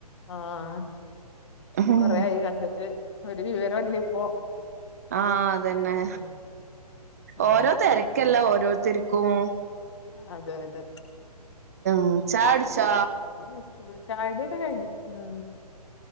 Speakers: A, on the left; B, on the right.
A: ആഹ്
B: ഉം
A: കൊറെയായി കണ്ടിട്ട് ഒരു വിവരോല്ല ഇപ്പോ
B: ആഅതെന്നെ
A: ഉം ആഹ്
B: ഓരോ തെരക്കല്ലെ ഓരോരുത്തര്ക്കും
A: അതെ അതെ
B: മ് ചായുടിച്ചാ
A: ഇന്ന് സ്കൂൾ ചായുടിക്കെ കഴിഞ്ഞു ആ